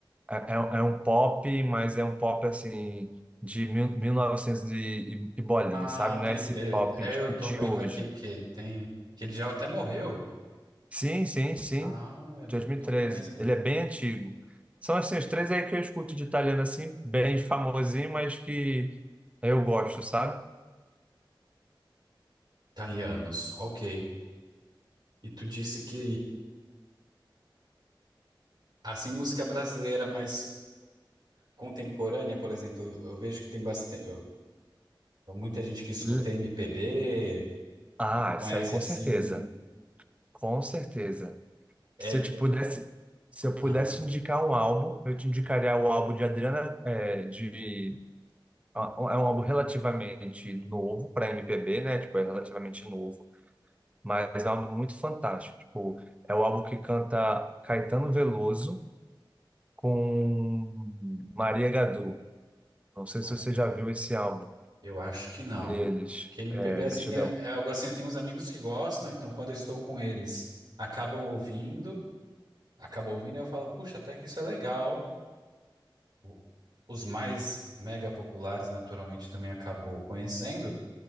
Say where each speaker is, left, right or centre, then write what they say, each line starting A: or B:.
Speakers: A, on the right (about 15°); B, on the right (about 60°).
A: é, é é um pop, mas é um pop assim de mil- 1900 e, e bolinha,
B: Ah,
A: sabe? Não
B: tem.
A: é esse
B: ele-
A: pop
B: é,
A: tipo
B: eu tô
A: de
B: vendo
A: hoje.
B: aqui que ele tem. Que ele já até morreu.
A: Sim, sim, sim.
B: Ah,
A: De
B: eu não
A: dois
B: não
A: mil e treze
B: conheço.
A: Ele é bem antigo. São assim, os três aí que eu escuto de italiano assim, bem famosinho, mas que eu gosto, sabe?
B: Italianos, ok. E tu disse que, assim, música brasileira mais contemporânea, por exemplo, eu vejo que tem bastante. Muita gente que escuta
A: L-
B: MPB.
A: Ah,
B: Tu conhece
A: isso aí com
B: assim.
A: certeza. Com certeza.
B: É,
A: Se eu te pudesse, se eu pudesse
B: ah,
A: indicar um álbum, eu te indicaria o álbum de Adriana, é, de, é um álbum relativamente novo para MPB, né? Tipo, é relativamente novo, mas é um álbum muito fantástico. Tipo, é o álbum que canta Caetano Veloso com Maria Gadu. Não sei
B: Maria.
A: se você já viu esse álbum
B: Eu acho que não.
A: deles.
B: Que MPB
A: É,
B: assim
A: deixa eu
B: é,
A: dar.
B: é algo assim, eu tenho uns amigos que gostam, então quando eu estou com eles, acabam ouvindo, acabam ouvindo, e eu falo, puxa, até que isso é legal. O- Os mais mega populares naturalmente também acabou conhecendo,